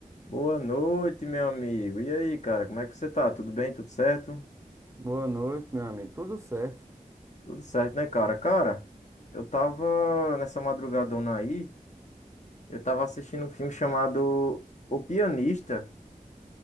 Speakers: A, on the left; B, on the right.
A: Boa noite, meu amigo. E aí, cara, como é que você tá? Tudo bem? Tudo certo?
B: Boa noite, meu amigo. Tudo certo?
A: Tudo certo, né, cara? Cara, eu tava nessa madrugadona aí, eu tava assistindo um filme chamado O Pianista,